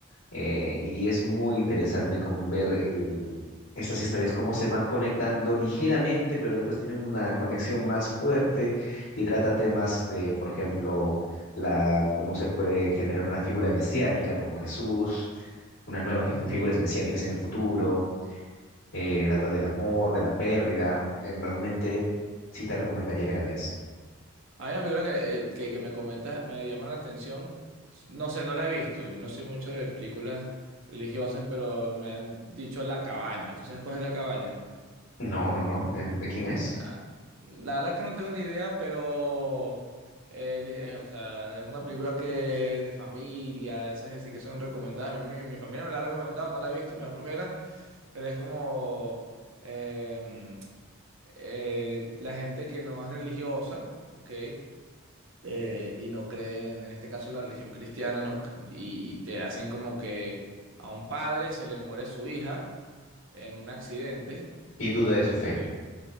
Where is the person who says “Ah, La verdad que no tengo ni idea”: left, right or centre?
Right